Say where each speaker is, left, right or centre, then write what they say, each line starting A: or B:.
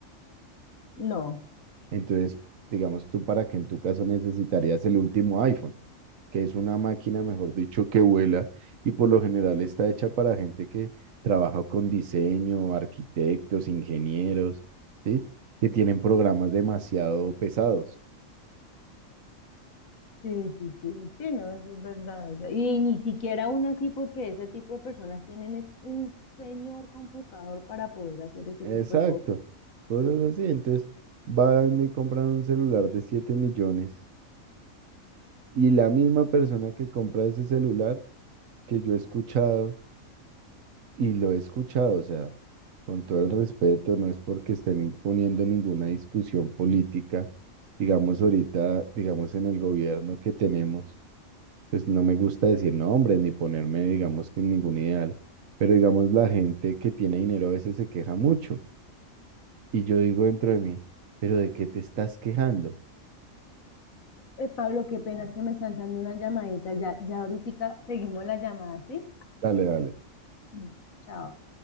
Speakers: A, on the left; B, on the right.
A: No.
B: Entonces, digamos, tú para que en tu caso necesitarías el último iPhone, que es una máquina, mejor dicho, que vuela y por lo general está hecha para gente que trabaja con diseño, arquitectos, ingenieros, ¿sí? Que tienen programas demasiado pesados.
A: Sí, sí, sí, sí, no, eso es verdad. o sea, y ni siquiera aún así, porque ese tipo de personas tienen es un señor computador para poder hacer ese
B: Exacto,
A: tipo de cosas.
B: cosas así. Entonces, va y me compran un celular de 7 millones y la misma persona que compra ese celular que yo he escuchado y lo he escuchado, o sea, con todo el respeto, no es porque estén imponiendo ninguna discusión política, digamos ahorita, digamos en el gobierno que tenemos, pues no me gusta decir nombres ni ponerme, digamos que en ningún ideal, pero digamos la gente que tiene dinero a veces se queja mucho. Y yo digo dentro de mí, ¿pero de qué te estás quejando?
A: Eh, Pablo, qué pena es que me están dando una llamadita. Ya, ya ahorita seguimos la llamada, ¿sí?
B: Dale, dale.
A: Listo, Chao.